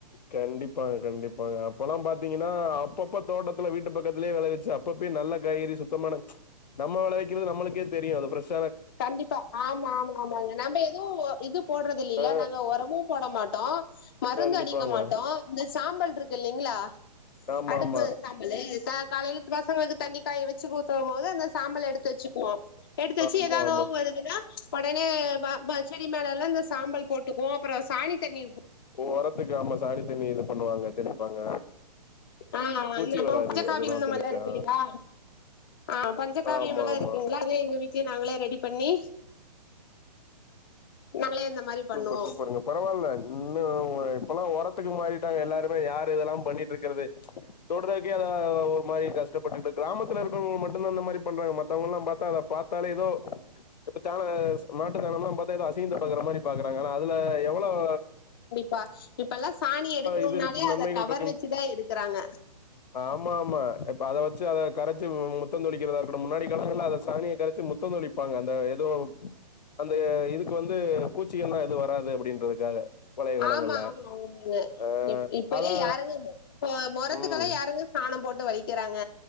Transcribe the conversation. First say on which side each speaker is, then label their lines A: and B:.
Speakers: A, on the left; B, on the left.
A: கண்டிப்பாங்க கண்டிப்பாங்க அப்போலா பாத்திங்கன்னா அப்பப்போ தோட்டத்துல வீட்டு பக்கத்திலே வெளைவிச்சு அப் பப்பெய் நல்ல காய்கறி சுத்தமான நம்ம விளைவிக்கிறது நம்மளுக்கே தெரியு அது ஃபிரஷ்
B: கண்டிப்பா ஆமா ஆமா ஆமாங்க நம்ப எது இது போடுறது இல்லெல்ல
A: ஆ
B: நாங்க ஒரமு போட மாட்டோ மருந்து
A: கண்டிப்பாங்க.
B: அடிக்க மாட்டோ இந்த சாம்பல் இருக்கு இல்லைங்களா
A: ஆமாமா.
B: அடுப்பு சாம்பலு ச காலைல பசங்களுக்கு தண்ணி காய வெச்சு <unintelligible> போது அந்த சாம்பல எடுத்து வச்சுக்குவோ எடு ச்சி
A: ஆமா,
B: <unintelligible>
A: ஆமா.
B: வருதுன்னா ஒடனே ப ப செடி மேலல்லா இந்த சாம்பல் போட்டுக்குவோ அப்பறொ சாணி தண்ணி
A: ஒரத்துக்கு ஆமா சாணி தண்ணி இது பண்ணுவாங்க தெளிப்பாங்க
B: ஆ <unintelligible>
A: பூச்சி வராது அதெல்லாம் தெளிச்சா.
B: இருக்கு இல்லெங்ளா ஆ பஞ்சக்காவியம்
A: ஆமாமா.
B: எல்லா இருக்குங்ளா அதயு எங்க வீட்லய் நாங்களே ரெடி பண்ணி நாங்களே மாரி பண்ணுவோ
A: சூப்பர் சூப்பர்ங்க பரவால்ல இன்னு இப்பலா ஒரத்துக்கு மாறிட்டாங்க எல்லாருமே யார் இதெலா பண்ணிட் இருக்குறது தொடுறக்கே <unintelligible> ஒரு மாரி கஷ் டப்பட்டுட் கிராமத்துல இருக்கவுங்க மட்டுந்தா அந்த மாரி பண்றாங்க மத்தவுங்கல்லா பாத்தா அத பாத்தாலே எதோ இப்ப சண மாட்டு சாணம்ல்லா பாத்தா ஏதோ அசிங்கத்த பாக்குற மாரி பாக்குறாங்க ஆனா அதுல எவ்வளவு
B: பா இப்பெல்லா சாணி எடுக்கணும்னாலே
A: இது இருக்கு
B: அத
A: நன்மைகள்
B: கவர்
A: இருக்குன்
B: வெச்சுதா எடுக்குறாங்க
A: ஆமா ஆமா இப்ப அத வச்சு அத கரச்சு முத்தந் தொளிக்கிறதா இருக்கட்டு முன்னாடி காலங்கள்ல அத சாணிய கரச்சு முத் முத்தந் தொளிப்பாங்க அந்த எதோ அந்த இதுக்கு வந்து பூச்சிகல்லா எதுவு வராது அப்டின்றதுக்காக பழைய காலங்கள்ல
B: ஆமா ஆமா உண்ம
A: ஆ
B: இப்பதே
A: அதா
B: யாருங்க மொரத்துக்கெல்லா
A: ம்
B: யாருங்க சாணம் போட்டு வைக்கிறாங்க